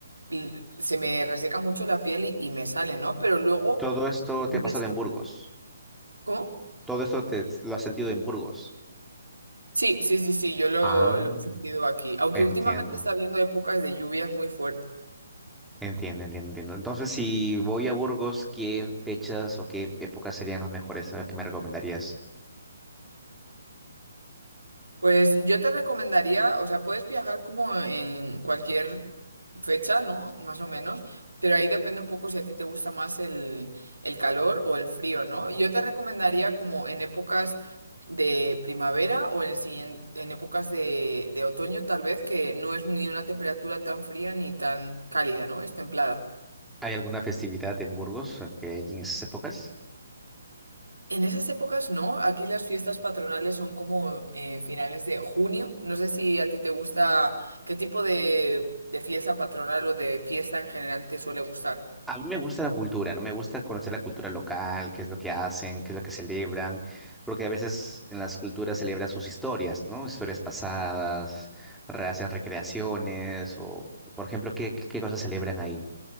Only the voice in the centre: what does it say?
Todo esto
te ha pasado en Burgos.
Todo esto te, lo has sentido en Burgos.
Ah,
entiendo,
entiendo, entiendo, entiendo. Entonces, si voy a Burgos, ¿qué fechas o qué épocas serían las mejores? A ver, ¿qué me recomendarías?
¿Hay alguna festividad en Burgos eh, que hay en esas épocas?
A mí me gusta la cultura, ¿no? Me gusta conocer la cultura local, qué es lo que hacen, qué es lo que celebran, porque a veces en las culturas celebran sus historias, ¿no? Historias pasadas, re- hacen recreaciones, o, por ejemplo, ¿qué, qué cosas celebran ahí?